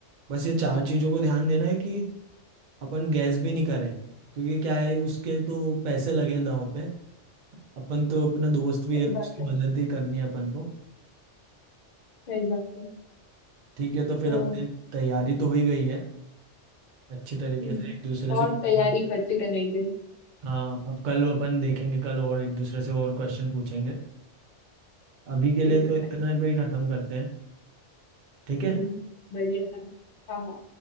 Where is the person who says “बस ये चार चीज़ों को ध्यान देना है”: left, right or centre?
Right